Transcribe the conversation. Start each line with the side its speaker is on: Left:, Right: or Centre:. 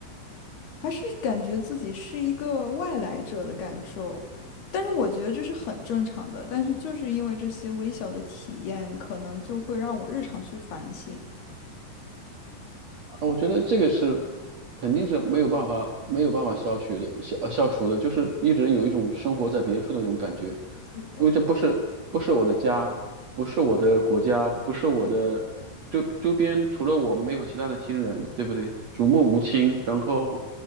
Left: 还是感觉自己是一个外来者的感受，但是我觉得这是很正常的。但是就是因为这些微小的体验，可能就会让我日常去反省。
Right: 我觉得这个是肯定是没有办法没有办法消去的消呃消除的，就是一直有一种生活在别处的那种感觉，
Left: 是的，
Right: 因为这不是不是我的家，不是我的国家，不是我的周周边，除了我没有其他的亲人，对不对？举目无亲，然后